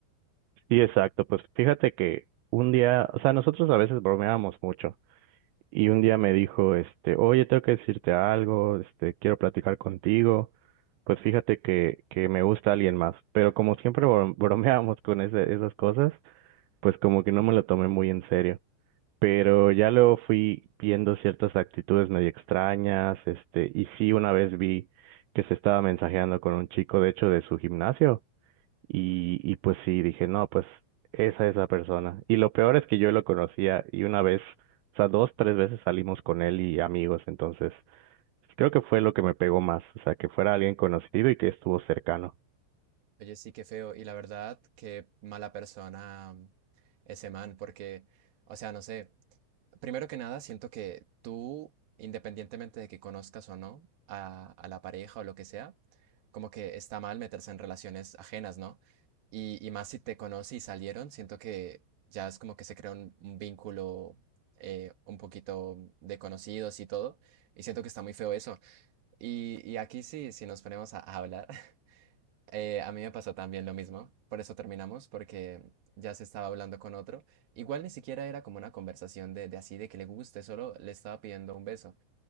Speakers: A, on the right; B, on the right.
A: Sí, exacto, pues fíjate que un día, o sea, nosotros a veces bromeábamos mucho. y un día me dijo, este, oye, tengo que decirte algo, este, quiero platicar contigo. Pues fíjate que, que me gusta alguien más, pero como siempre bro- <laughs> bromeábamos con ese- esas cosas, pues como que no me lo tomé muy en serio. Pero ya luego fui viendo ciertas actitudes medio extrañas, este, y sí una vez vi que se estaba mensajeando con un chico, de hecho, de su gimnasio. Y, y pues sí, dije, no, pues esa es la persona. Y lo peor es que yo lo conocía y una vez, o sea, dos, tres veces salimos con él y amigos, entonces creo que fue lo que me pegó más, o sea, que fuera alguien conocido y que estuvo cercano.
B: Oye, sí, qué feo y la verdad, qué mala persona mm, ese man porque, o sea, no sé. Primero que nada, siento que tú, independientemente de que conozcas o no a, a la pareja o lo que sea, como que está mal meterse en relaciones ajenas, ¿no? Y, y más si te conoce y salieron, siento que ya es como que se crea un, un vínculo eh, un poquito de conocidos y todo, y siento que está muy feo eso. Y, y aquí sí, si nos ponemos a, a hablar, eh, a mí me pasó también lo mismo, por eso terminamos, porque ya se estaba hablando con otro. Igual ni siquiera era como una conversación de, de así, de que le guste, solo le estaba pidiendo un beso.